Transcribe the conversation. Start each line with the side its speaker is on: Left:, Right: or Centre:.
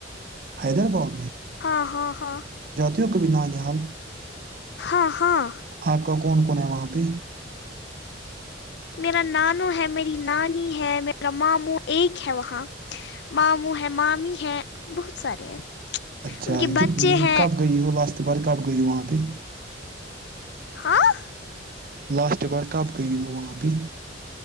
Right: حیدرباع
Left: ہاں ہاں ہاں
Right: ہو کبھی نانی حال
Left: ہاں ہاں
Right: آپ کا کون کون ہے وہاں پہ
Left: میرا نانو ہے میری نانی ہے میرا ماموں ایک ہے وہاں ماموں ہے مامی ہے بہت سارے ہیں
Right: اچھا
Left: ان کے بچے
Right: کتنی
Left: ہیں
Right: کب گئی بار کب گئی ہو وہاں پہ
Left: ہاں
Right: لاسٹ بار کب گئی ہو وہاں بھیہ